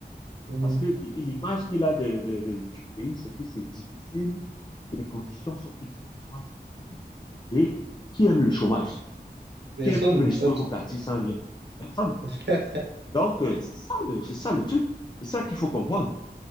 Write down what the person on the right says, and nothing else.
Mhm.
Personne,
pas du
tout.